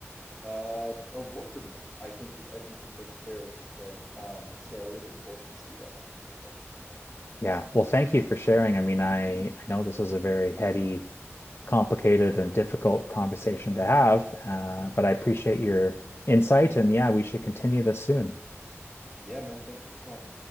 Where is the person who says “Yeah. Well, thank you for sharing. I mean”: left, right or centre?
Left